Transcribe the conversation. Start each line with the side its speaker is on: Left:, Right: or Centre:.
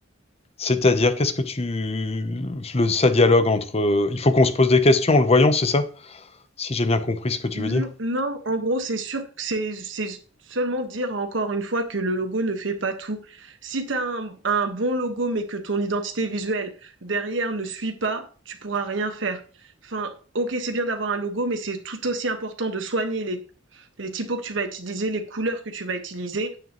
Left: C'est-à-dire, qu'est-ce que tu le ça dialogue entre, heu, il faut qu'on se pose des questions en le voyant, c'est ça? Si j'ai bien compris ce que tu
Right: N-
Left: veux dire?
Right: non, en gros, c'est sûr, que c'est, c'est seulement dire encore une fois que le logo ne fait pas tout. Si t'as un, un bon logo, mais que ton identité visuelle derrière ne suit pas, tu pourras rien faire. Enfin, ok, c'est bien d'avoir un logo, mais c'est tout aussi important de soigner les, les typos que tu vas utiliser, les couleurs que tu vas utiliser,